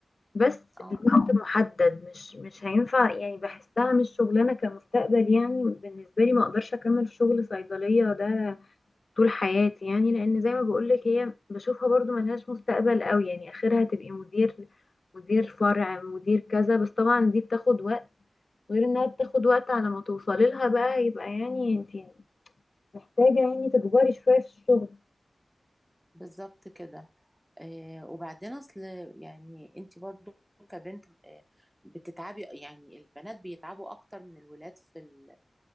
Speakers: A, on the left; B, in the centre.
A: بس
B: اه
A: الوقت محدد مش مش هينفع يعني بحسها مش شغلانه كمستقبل يعني بالنسبه لي ما اقدرش اكمل في شغل صيدليه ده طول حياتي يعني لان زي ما بقولك هي بشوفها برضو ملهاش مستقبل قوي يعني اخرها تبقي مدير مدير فرع مدير كذا بس طبعا دي بتاخد وقت غير انها بتاخد وقت على ما توصلي لها بقى يبقى يعني انتي محتاجة يعني تكبري شوية في الشغل
B: بالظبط كده إيه وبعدين اصل يعني انتي برضو كبنت إيه بتتعبي يعني البنات بيتعبوا اكتر من الولاد في ال...